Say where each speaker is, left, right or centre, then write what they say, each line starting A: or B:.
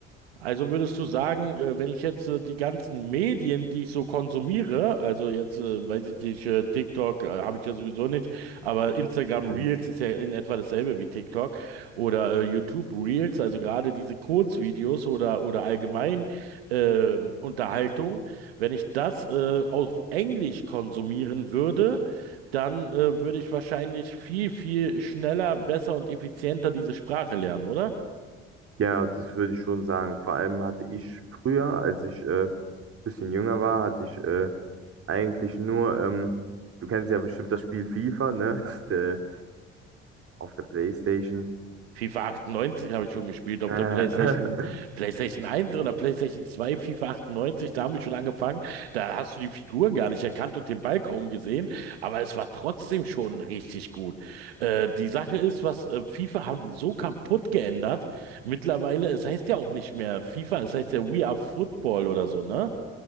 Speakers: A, on the right (about 80°); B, on the right (about 50°).
A: Also würdest du sagen, äh, wenn ich jetzt äh, die ganzen Medien, die ich so konsumiere, also jetzt äh, weiß ich nicht, äh, TikTok äh, habe ich ja sowieso nicht, aber Instagram
B: Mhm.
A: Reels ist ja in etwa dasselbe wie TikTok oder äh, YouTube Reels, also gerade diese Kurzvideos oder oder allgemein äh, Unterhaltung, wenn ich das äh, auf Englisch konsumieren würde, dann äh, würde ich wahrscheinlich viel, viel schneller, besser und effizienter diese Sprache lernen, oder?
B: Ja, das würde ich schon sagen. Vor allem hatte ich früher, als ich äh, ein bisschen jünger war, hatte ich äh, eigentlich nur, ähm, du kennst ja bestimmt das Spiel FIFA, ne? <laughs> Der, auf der PlayStation.
A: FIFA 98 habe ich schon gespielt auf
B: Äh,
A: der PlayStation,
B: <laughs>
A: PlayStation 1 oder PlayStation 2, FIFA 98, da haben wir schon angefangen. Da hast du die Figuren gar nicht erkannt und den Ball kaum gesehen, aber es war trotzdem schon richtig gut. Äh, die Sache ist, was äh, FIFA haben die so kaputt geändert. Mittlerweile, es heißt ja auch nicht mehr FIFA, es heißt ja We Are Football oder so, ne?